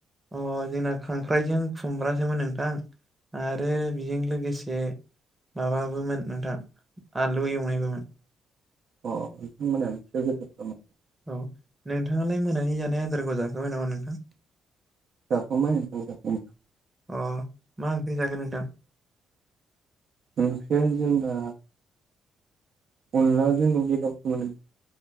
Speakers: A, on the right; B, on the right.
A: अ जोंना खांख्राइजों खुमब्रासोमोन नोंथां। आरो बेजों लोगोसे माबाबोमोन नोंथां आलु एवनायबोमोन।
B: अ नोंथांमोनना गोथावथारमोन।
A: औ नोंथाङालाय मोनानि जानाय आदारखौ जाखाय नामा नोंथां?
B: जाखांबाय नोंथां जाखांबाय
A: अ मा ओंख्रि जागोन नोंथां?
B: ओंख्रिया जोंना अनलाजों न'नि दावसोमोन।